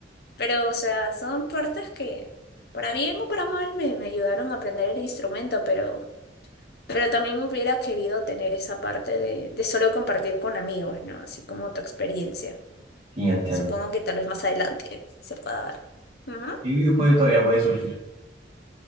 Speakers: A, on the left (about 60°); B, on the right (about 30°).
A: pero, o sea, son partes que, para bien o para mal, me, me ayudaron a aprender el instrumento, pero, pero también hubiera querido tener esa parte de, de solo compartir con amigos, ¿no? Así como tu experiencia.
B: Sí, entiendo.
A: Supongo que tal vez más adelante se pueda dar. Ujú.
B: Sí, yo puede, todavía puede surgir.